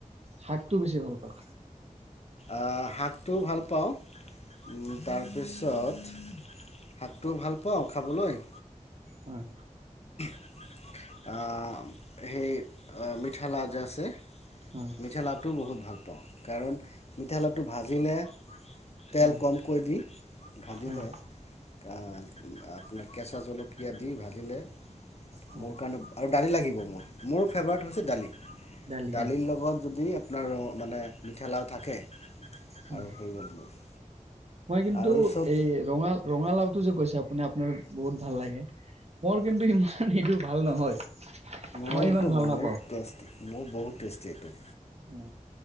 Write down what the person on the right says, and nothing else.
শাকটো বেছি ভাল পাওঁ।
হয়।
হয়,
হয়,
হয়,
হয়,
দালি
হা
হয়।
মই কিন্তু
এই ৰঙা-ৰঙালাও টো যে কৈছে আপুনি আপোনাৰ বহুত ভাল লাগে মোৰ কিন্তু ইমান সেটো ভাল নহয়।
মই ইমান ভাল
নাপাওঁ।
উম